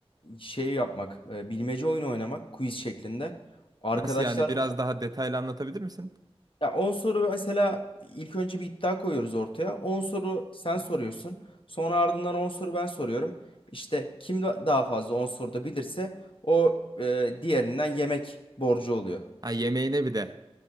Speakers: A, on the left (about 60°); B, on the right (about 40°).
A: şey yapmak e, bilmece oyunu oynamak quiz şeklinde. Arkadaşlar
B: Nasıl yani? Biraz daha detaylı anlatabilir misin?
A: ya 10 soru mesela ilk önce bir iddia koyuyoruz ortaya. on soru sen soruyorsun. Sonra ardından 10 soru ben soruyorum. İşte kim da- daha fazla 10 soruda bilirse o e, diğerinden yemek borcu oluyor.
B: Ha yemeğine bir de.